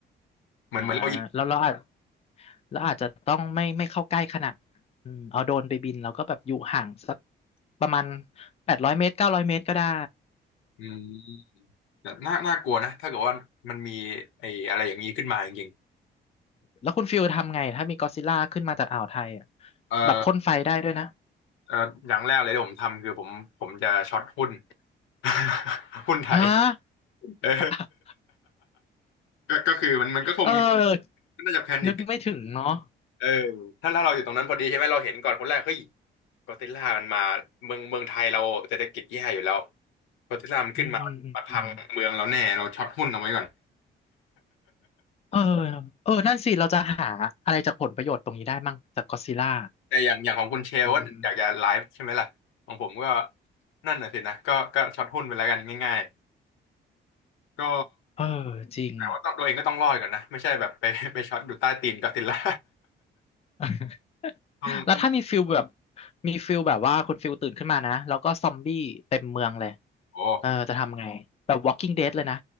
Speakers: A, on the left; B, on the left.
A: ๆอ่า
B: เหมือนเหมือนเราเหยียบ
A: แล้วเราอาจ แล้วอาจจะต้องไม่ไม่เข้าใกล้ขนาดนั้นอืมเอาโดรนไปบินแล้วก็แบบอยู่ห่างสักประมาณแปดร้อยเมตรเก้าร้อยเมตรก็ได้
B: อืมแต่น่าน่ากลัวนะถ้าเกิดว่ามันมีไอ้อะไรอย่างนี้ขึ้นมาจริง
A: แล้วคุณฟิลทำไงถ้ามีกอดซิลล่าขึ้นมาจากอ่าวไทยอ่ะ
B: ๆเอ่อ
A: แบบพ่นไฟได้ด้วยนะ
B: เอ่ออย่างแรกเลยที่ผมทำคือผมผมจะช็อตหุ้น <laughs> หุ้นไทย
A: ฮะ
B: เออ
A: <laughs>
B: ก็ก็คือมันมันก็คงมี
A: เออ
B: น่าจะแพนิค
A: นึกไม่ถึงเนาะ
B: เออถ้าถ้าเราอยู่ตรงนั้นพอดีใช่ไหมเราเห็นก่อนคนแรกเฮ้ยก็อดซิลล่ามันมาเมืองเมืองไทยเราเศรษฐกิจแย่อยู่แล้วก็อดซิลล่ามันขึ้นมามาพังเมืองเราแน่เราช็อตหุ้นเอาไว้ก่อน
A: อืมอืมอืมอืมเออเออนั่นสิเราจะหาอะไรจากผลประโยชน์ตรงนี้ได้มั่งจากกอดซิลล่า
B: <laughs> แต่อย่างอย่างของคุณเชลว่าอยากจะไลฟ์ใช่ไหมล่ะของผมก็
A: อืม
B: นั่นน่ะสินะก็ก็ช็อตหุ้นไปแล้วกันง่ายๆก็
A: เออจริง
B: แต่ว่าต้องตัวเองก็ต้องรอดก่อนนะไม่ใช่แบบไปไปช็อตอยู่ใต้ตีนก็อดซิลล่า
A: <laughs>
B: <laughs> ต้องต้อง
A: แล้วถ้ามีฟิลแบบมีฟิลแบบว่าคุณฟิลตื่นขึ้นมานะแล้วก็ซอมบี้เต็มเมืองเลย
B: โอ้
A: เออจะทำไงแบบ Walking Dead เลยนะ